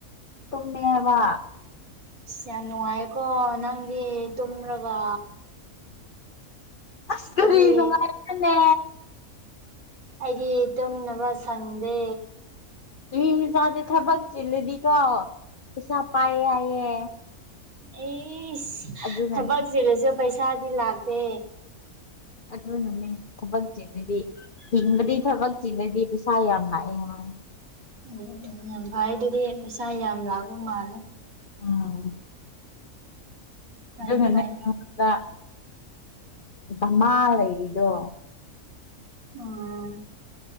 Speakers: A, on the left; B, on the right.
A: ꯇꯨꯃꯦ ꯍꯥꯏꯕ
B: ꯏꯁ ꯌꯥꯝ ꯅꯨꯡꯉꯥꯏꯌꯦꯀꯣ ꯅꯪꯗꯤ ꯇꯨꯝꯔꯒ
A: ꯑꯁ ꯀꯔꯤ
B: ꯑꯩꯗꯤ
A: ꯅꯨꯡꯉꯥꯏꯕꯅꯦ
B: ꯑꯩꯗꯤ ꯇꯨꯝꯅꯕ ꯁꯪꯗꯦ
A: ꯃꯤ ꯃꯆꯥꯗꯤ ꯊꯕꯛ ꯆꯤꯜꯂꯗꯤꯀꯣ ꯄꯩꯁꯥ ꯄꯥꯏꯌꯦ ꯍꯥꯏꯌꯦ
B: ꯑꯦꯁ
A: ꯑꯗꯨꯅꯅꯦ
B: ꯊꯕꯛ ꯆꯤꯜꯂꯁꯨ ꯄꯩꯁꯥꯗꯤ ꯂꯥꯛꯇꯦ
A: ꯑꯗꯨꯅꯅꯦ ꯊꯕꯛ ꯆꯤꯜꯂꯗꯤ ꯍꯤꯡꯕꯗꯤ ꯊꯕꯛ ꯆꯤꯜꯂꯗꯤ ꯄꯩꯁꯥ ꯌꯥꯝ ꯂꯥꯛꯑꯦ ꯍꯥꯏ
B: ꯎ ꯎꯝ ꯌꯥꯝ ꯚꯥꯏ ꯑꯗꯨꯗꯤ ꯄꯩꯁꯥ ꯌꯥꯝ ꯂꯥꯛꯕ ꯃꯥꯜꯂꯦ
A: ꯎꯥ
B: ꯐꯩ
A: ꯑꯗꯨꯅꯅꯦꯉꯣꯟꯗ
B: ꯐꯩ
A: ꯃꯃꯥ ꯂꯩꯔꯤꯗꯣ
B: ꯎꯝ